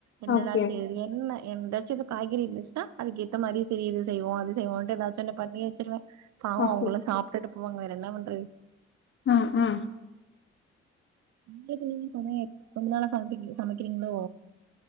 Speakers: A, on the right; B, on the left.
A: என்னல்லா
B: ஓகே
A: செய்றது என்ன எந்தாச்சு இது காய்கறி இருந்துச்சுன்னா அதுக்கு ஏத்த மாதிரி சரி இது செய்வோ அது செய்வோம்ன்ட்டு ஏதாச்சும் ஒன்னு பண்ணி வச்சிருவ பாவம்
B: ஓகே
A: அவங்களும் சாப்புட்டுட்டு போவாங்க வேற என்ன பண்றது
B: ம் ம்
A: உங்களுக்கு நீ சமையல் கொஞ்ச நாளா சமை சமைக்கிறீங்களோ